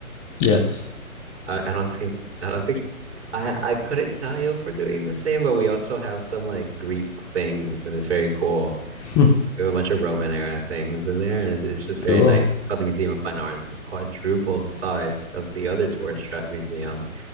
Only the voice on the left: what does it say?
Yes.
<laughs>
Cool.